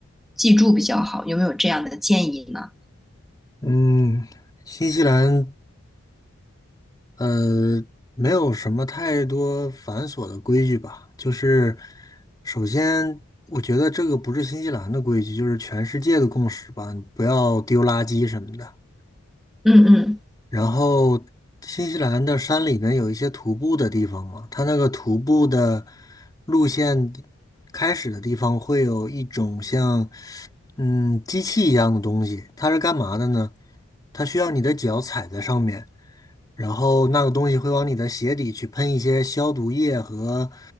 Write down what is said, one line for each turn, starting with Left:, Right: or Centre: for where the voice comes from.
Centre: 记住比较好。有没有这样的建议呢？
Left: 嗯，新西兰，呃，没有什么太多繁琐的规矩吧。就是，首先，我觉得这个不是新西兰的规矩，就是全世界的共识吧。你不要丢垃圾什么的。
Centre: 嗯
Left: 然后，新西兰的山里面有一些徒步的地方嘛，它那个徒步的路线开始的地方会有一种像。嗯，机器一样的东西，它是干嘛的呢？它需要你的脚踩在上面，然后那个东西会往你的鞋底去喷一些消毒液和，